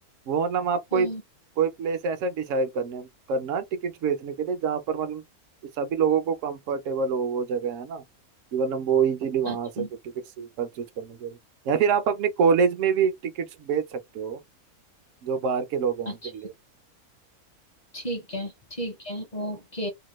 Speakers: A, on the right; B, on the left.
A: वो मतलब आप कोई
B: हम्म
A: कोई प्लेस ऐसा डिसाइड करने करना टिकट्स बेचने के लिए जहाँ पर मतलब सभी लोगों को कंफर्टेबल हो वो जगह है ना कि मतलब वो इजीली वहां
B: अच्छा
A: आ सके टिकट्स परचेज करने के लिए या फिर आप अपने कॉलेज में भी टिकट्स बेच सकते हो जो बाहर के लोग हैं
B: अच्छा
A: उनके लिए
B: ठीक है ठीक है ओके